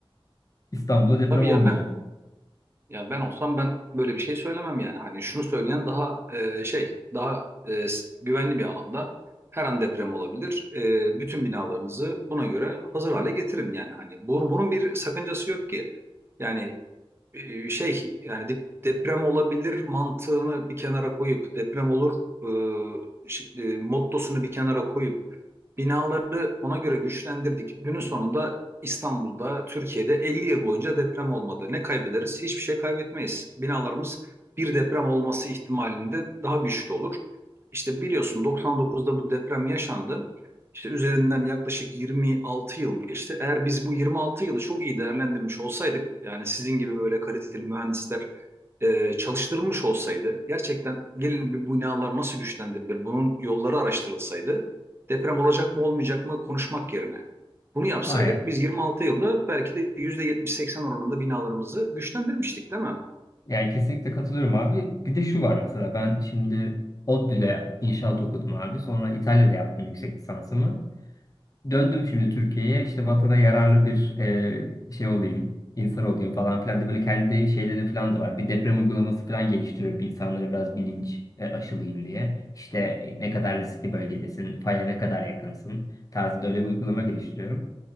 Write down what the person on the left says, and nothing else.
İstanbul'da deprem
olmayacak.
Aynen.
Yani kesinlikle katılıyorum abi. Bir de şu var mesela ben şimdi ODTÜ'de inşaat okudum abi. Sonra İtalya'da yaptım yüksek lisansımı. Döndüm şimdi Türkiye'ye işte vatana yararlı bir e, şey olayım, insan olayım falan filan diye böyle kendi şeylerim falan da var. Bir deprem uygulaması falan geliştiriyorum insanlara biraz bilinç e, aşılayayım diye. İşte e, ne kadar riskli bölgedesin, faya ne kadar yakınsın tarzında öyle bir uygulama geliştiriyorum.